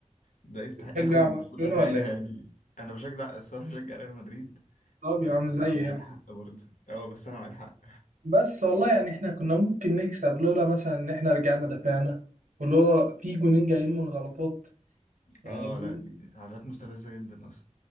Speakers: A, on the left; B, on the right.
A: ده يستحق
B: تشجع
A: ياخد
B: برشلونه
A: كل حاجة
B: ولا ايه
A: يعني أنا بشجع الصراحة بشجع ريال مدريد
B: طب
A: بس
B: يا عم زي
A: أنا مع
B: يعني
A: الحق برضه أه بس أنا مع الحق
B: بس والله يعني احنا كنا ممكن نكسب لولا مثلا ان احنا رجعنا دفعنا ولولا في جونين
A: <laughs>
B: جايين من غلطات يعني
A: أه
B: الجون
A: لا دي حاجات مستفزة جدا أصلا